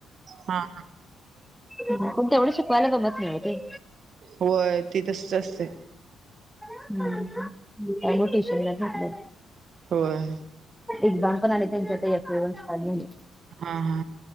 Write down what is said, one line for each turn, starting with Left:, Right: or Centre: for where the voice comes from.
Right: हा.
Centre: पण तेवढं शिकवाला गंमत नाय ओ ते.
Right: व्हय ती तसच असतंय.
Centre: हम्म, त्यामुळं ट्युशनला घातल्या.
Right: होय.
Centre: एक्झाम पण आलेत यांच्या <unintelligible> स्टार्ट झाल्यात.
Right: हा हा.